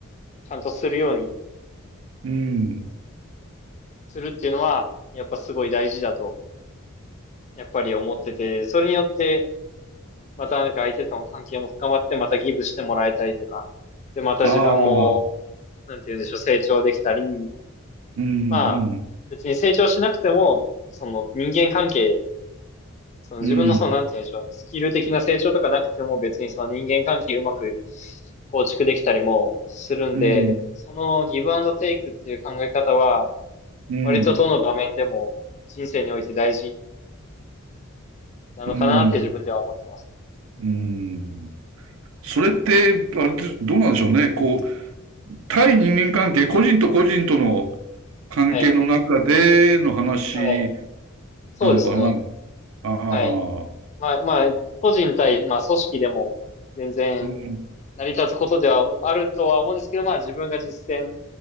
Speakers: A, on the left; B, on the right.
A: ちゃんとするように
B: え、うん。
A: するっていうのは、やっぱすごい大事だと、やっぱり思ってて、それによって、またなんか相手との関係も深まって、またギブしてもらえたりとか、で、また自分も、
B: ああ、
A: なんて言うんでしょう、成長できたり、
B: うん、
A: まあ、
B: うん、
A: 別に成長しなくても、その人間関係、その自分のその、
B: うん、
A: なんて言うんでしょう、スキル的な成長とかなくても別にその人間関係うまく構築できたりもするんで、
B: うん、
A: そのギブアンドテイクっていう考え方は、
B: うん、
A: 割とどの場面でも人生において大事なのかなって自分では思ってます。
B: うん、うん。それって、あれです、どうなんでしょうね。こう、対人間関係、個人と個人との関係の中での話
A: はい。はい。そうですね。
B: なのかな。あ
A: はい。
B: あ、
A: まあ、まあ、個人対、まあ、組織でも、全然、
B: うん、
A: 成り立つことではあるとは思うんですけど、まあ、自分が実践、